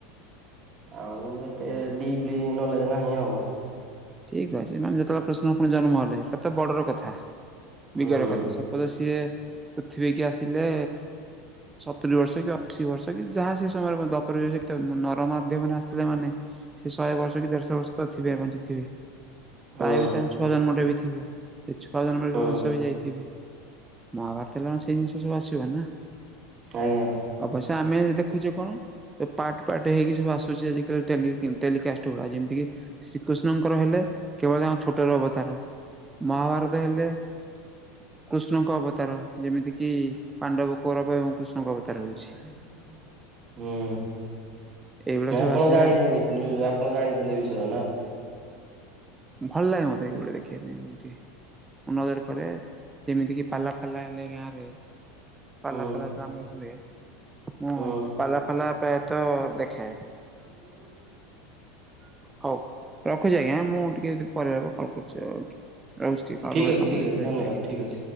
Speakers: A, on the right; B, on the right.
A: ଆଉ ଏତେ ଡିପଲି ନଲେଜ୍ ନାହିଁ ଆଉ।
B: ଠିକ ଅଛି, ମାନେ ଯେତେବେଳେ କୃଷ୍ଣ ଫୁଣି ଜନ୍ମ ହେଲେ କେତେ ବଡ଼ ର କଥା
A: ହୁଁ
B: ବିଗର କଥା ବୋଧେ ସିଏ ପୃଥିବୀ କି ଆସିଲେ ସତୁରି ବର୍ଷ କି ଅ ସେ ବର୍ଷ କି ଯାହା ସେ ସମୟରେ <unintelligible> ତ ନର ମାଧ୍ୟମ ରେ ଆସିଲେ ମାନେ ସେ ଶହେ ବର୍ଷ କି ଦେଢଶହ ବର୍ଷ ତ ଥିବେ ବଞ୍ଚି ଥିବେ।
A: ହୁଁ
B: ତା <unintelligible> ତାଙ୍କ ଛୁଆ ଜନ୍ମ ଟା ବି ଥିବ ଏ ଛୁଆ ଜନ୍ମ ର
A: ହୁଁ।
B: ବି କଂସ ବି ଯାଇଥିବେ। ମହାଭାରତ ହେଲା ସେଇ ଜିନିଷ ସବୁ ଆସିବ ନା।
A: ଆଜ୍ଞା।
B: ଅବଶ୍ୟ ଆମେ ଦେଖୁଛେ କଣ ପାର୍ଟ-ପାର୍ଟ ହେଇକି ସବୁ ଆସୁଛି ଆଜି କାଲି ଟେଲି ଟେଲିକାଷ୍ଟ ଗୁଡା ଯେମିତି କି ଶ୍ରୀକୃଷ୍ଣ <unintelligible> ହେଲେ କେବଳ ତାଙ୍କ ଛୋଟର ଅବତାର ମହାଭାରତ ହେଲେ କୃଷ୍ଣଙ୍କ ଅବତାର ଯେମିତି କିି ପାଣ୍ଡବ କୌରବ ଏବଂ କୃଷ୍ଣ ଙ୍କ ଅବତାର ରହୁଚି।
A: ହୁଁ <unintelligible>
B: ଏଇଗୁଡା
A: ଆପଣ
B: ସବୁ
A: ଜାଣିଚନ୍ତି। <unintelligible>
B: ଆସିବା ଆଉ
A: ଆପଣ ଜାଣିଚନ୍ତି ଏ ବିଷୟରେ ନା।
B: ଭଲ୍ ଲାଗେ ମୋତେ ଏ ଗୋଡା ଦେଖିବା ପାଇଁ <unintelligible> ନଜର କରେ ଯେମିତି କିି ପାଲା ଫାଲା ହେଲେ ଗାଁ ରେ ପାଲା
A: ହୁଁ
B: ଫାଲା ଯେତବେଳେ ଆମର ହୁଏ ହଁ
A: ହୁଁ
B: ପାଲା ଫାଲା ପ୍ରାୟତଃ ଦେଖେ
A: <inaudible>
B: ହଉ ରଖୁଛି ଆଜ୍ଞା ମୁଁ ଟିକେ ଯଦି ପରିବାରକୁ କଲ୍ କରୁଚି ଆଉ। ରହୁଚି ଟିକେ
A: ଠିକ
B: ଅଲଗା
A: ଅଛି
B: କାମ
A: ଠିକ ଅଛି
B: ଆଜ୍ଞା।
A: ଧନ୍ୟବାଦ ଠିକ ଅଛି।